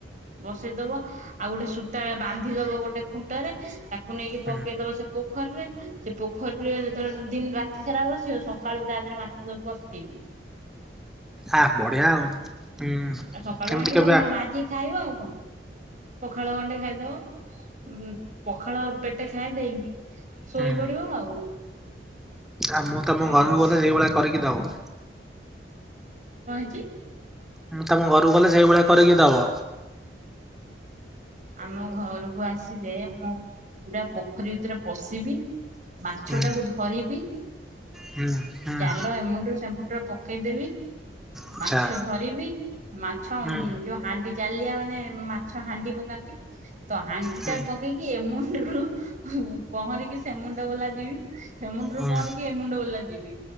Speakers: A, on the right; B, in the centre.
A: ବସେଇଦବ ଆଉ ଗୋଟେ ସୂତା ବା ନ୍ଧିଦବ ଗୋଟେ ଖୁଣ୍ଟରେ ତାକୁ ନେଇକି
B: ହୁଁ
A: ପକେଇଦବ ସେ ପୋଖରୀରେ ସେ ପୋଖରୀରେ ଯେତେବେଳେ ଦିନ ରାତି ସାରା ବସିବ ସକାଳୁ ତା ଦେହରେ ମାଛ ସବୁ ପଶତିବେ।
B: ଆ ବଢିଆ ଆଉ। ହୁଁ
A: ଆଉ ସକାଳୁ
B: ଏମିତି
A: ଆଣିକି
B: କେବେ
A: ତମ
B: ଆ
A: ବାଜିିକି ଖାଇବ ଆଉ। ହ ପଖାଳ ଗଣ୍ଡେ ଖାଇଦବ ଉ ପଖାଳ ପେଟେ ଖାଇ ଦେଇକି ଶୋଇ
B: ହୁଁ
A: ପଡିବ ଆଉ।
B: ଆଉ ମୁଁ
A: ତା
B: ତମ
A: କଣ
B: ଘଲୁକୁ
A: ଅଛି
B: ଗଲେ ସେଇଭଳିଆ କରିକି ଦବ।
A: କଣ ହେଇଚି?
B: ମୁଁ ତମ ଘରକୁ ଗଲେ ସେଇଭଳିଆ କରିକି ଦବ?
A: ଆମ ଘରକୁ ଆସିଲେ ମୁଁ ପୁରା ପୋଖରୀ ଭିତରେ ପଶିବି। ମାଛ
B: ହୁଁ
A: ଟାକୁ ଧରିବି।
B: ହୁଁ ହୁଁ।
A: ହାଲ ଏମୁଣ୍ଡୁରୁ ସେମୁଣ୍ଡ ରେ ପକେଇଦେବି।
B: ଆଚ୍ଛା
A: ମାଛ ଧରିବି ମାଛ
B: ହୁଁ
A: ଯୋଉ ହାଣ୍ଡି ଜାଲିଆ ମାନେ ମାଛ ହାଣ୍ଡି ପକାନ୍ତି। ତ ହାଣ୍ଡି
B: ହୁଁ।
A: ଟା ପକେଇକି ଏ ମୁଣ୍ଡରୁ ହୁଁ ପହଁରିକି ସେ ମୁୁଣ୍ଡ ବଲା ଯିବି। ସେମୁଣ୍ଡରୁ
B: ହୁଁ
A: ପହଁରି କି ଏମୁଣ୍ଡ ବଲା ଯିବି।